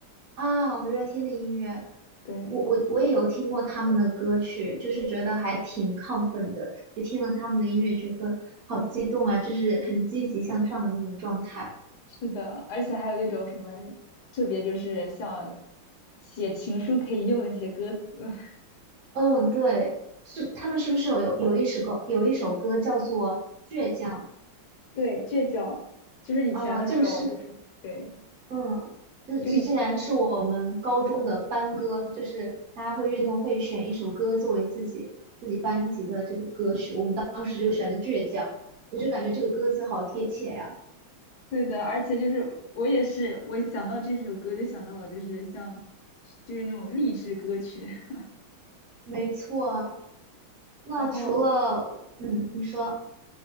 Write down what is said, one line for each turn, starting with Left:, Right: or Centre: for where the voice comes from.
Right: 啊？五月天的音乐，
Left: 对，
Right: 我我我也有听过他们的歌曲，就是觉得还挺亢奋的，就听了他们的音乐，觉得好激动啊，就是很积极向上的那种状态。
Left: 是的，而且还有那种什么特别，就是像写情书可以用的一些歌词。<laughs>
Right: 嗯，对，是他们是不是有有有一首歌有一首歌叫做《倔强》
Left: 对，倔强，就是以前的那种，
Right: 啊？这个是。
Left: 就是对，
Right: 嗯，这这竟然是我们高中的班歌，
Left: 就以前
Right: 就是大家会运动会选一首歌作为自己自己班级的这个歌曲，我们当时就选的《倔强》，我就感觉这个歌词好贴切呀。
Left: 对的，而且就是我也是，我想到这首歌就想到了，就是像就是那种励志歌曲。<laughs>
Right: 没错啊，那除了嗯，
Left: 然后
Right: 你说